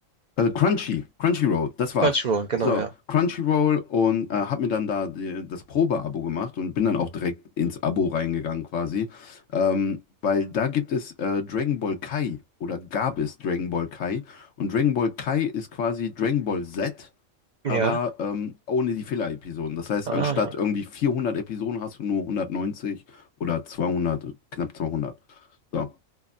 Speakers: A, on the left; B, on the right.
A: äh, Crunchy, Crunchyroll, das war's.
B: Crunchyroll, genau,
A: So,
B: ja.
A: Crunchyroll und äh, hab mir dann da die, das Probe-Abo gemacht und bin dann auch direkt ins Abo reingegangen quasi. Ähm, weil da gibt es äh, Dragon Ball Kai oder gab es Dragon Ball Kai. Und Dragon Ball Kai ist quasi Dragon Ball Z,
B: Ja.
A: aber ähm, ohne die Filler-Episoden. Das heißt,
B: Ah.
A: anstatt irgendwie 400 Episoden hast du nur 190 oder zweihundert knapp 200. So.